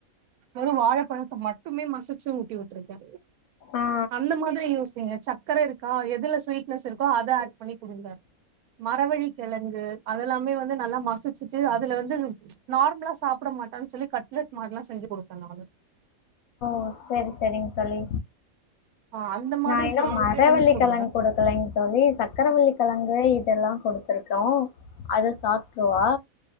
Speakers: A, on the right; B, on the left.
A: வெறு வாழப்பழத்த மட்டுமே மசிச்சு ஊட்டி வுட்ருக்கே
B: ஆ
A: அந்த மாதிரி யோசிங்க சக்கர இருக்கா எதுல ஸ்வீட்னஸ் இருக்கோ அத ஆட் பண்ணி குடுங்க மரவள்ளிக் கெழங்கு அதெல்லாமே வந்து நல்லா மசிச்சுட்டு அதுல வந்து இது நார்மலா சாப்ட மாட்டான் சொல்லி கட்லட் மாரிலா செஞ்சு குடுப்பே நானு
B: ஒ சரி சரிங் தோழி
A: ஆ அந்த மாதிரி
B: நா இன்னோ
A: செஞ்சு
B: மரவள்ளி
A: செஞ்சு குடுங்க
B: கெழங் கொடுக் கலைங் தோழி சக்கரவள்ளிக்கெழங்கே இதெல்லா கொடுத்துருக்கே அத சாப்ட்ருவா